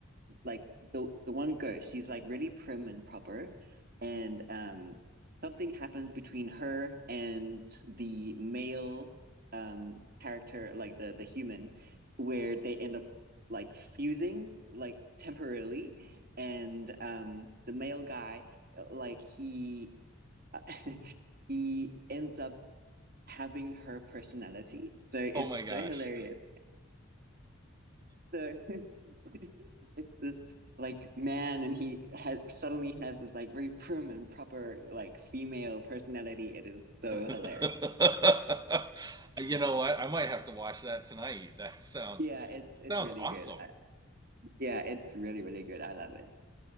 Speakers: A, on the right (about 45°); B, on the right (about 20°).
A: like the the one ghost, she's like really prim and proper, and um something happens between her and the male um character, like the the human, where they end up like fusing like temporarily, and um the male guy like he <laughs> he ends up having her personality. So it's
B: Oh my gosh.
A: so hilarious. the <laughs> it's this like man and he has suddenly has this like very prim and proper like female personality. It is so hilarious.
B: <laughs> You know what? I might have to watch that tonight. That sounds
A: Yeah, it's
B: it
A: it's
B: sounds
A: really
B: awesome.
A: good. I, yeah, it's really really good. I love it.